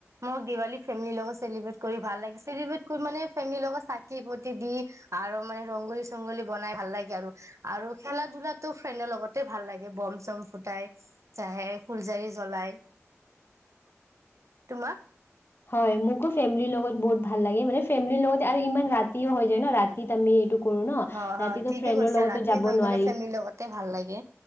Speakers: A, on the right (about 85°); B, on the left (about 50°).
A: মোক দিৱালী ফেমিৰ লগত চেলিব্ৰেট কৰি ভাল লাগে চেলিব্ৰট কৰি মানে ফেমিলিৰ লগত চাকি ফতি দি আৰু মানে ৰংগোলী চংগলী বনাই ভাল লাগে আৰু আৰু খেলা ধলাতটো ফ্ৰেণ্ডৰ লগতে ভাল লাগে বম চম ফুটাই চে ফুলজাৰি জ্বলাই তোমাক?
B: হয় মোকো ফেমিলিৰ লগত বহুত ভাল লাগে মানে ফেমিলিৰ লগত আৰু ইমান ৰাতিও হয় যায় ন ৰাতি আমি এই কৰো ন,
A: হয়
B: ‌ৰাতি‌টো
A: হয় ঠিকে
B: ফ্ৰেণ্ড
A: কৈছা
B: লগত
A: ৰাতি
B: যাব
A: হৈ
B: নোৱাৰি
A: গ'লে ফেমিলিৰ লগতে ভাল লাগে